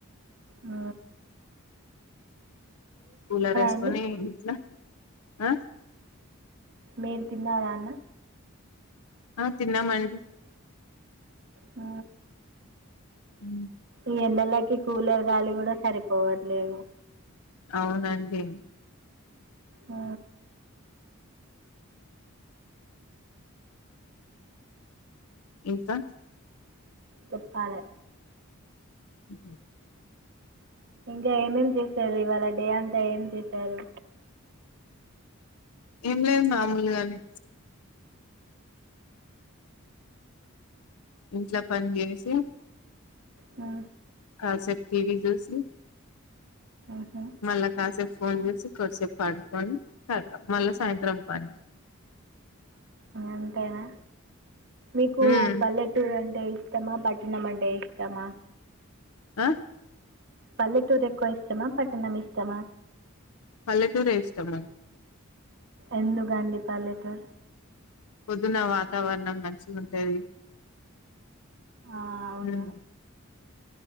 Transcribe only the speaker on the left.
కూలర్ వేస్కుని
ఇంట్ల ఆ
ఆ తిన్నామండి
ఉ
అవునండి
ఇంకా
అ
ఏం లేదు మామూలుగానే ఇంట్ల పని చేసి
కాసేపు టీవీ చూసి
మళ్ళా కాసేపు ఫోన్ చేసి కొద్ధిసేపు పడుకొని కతం మళ్ళా సాయంత్రం పని
మ్మ్
ఆ
పల్లెటూరే ఇష్టం
పొద్దున వాతావరణం మంచిగ ఉంటది
మ్మ్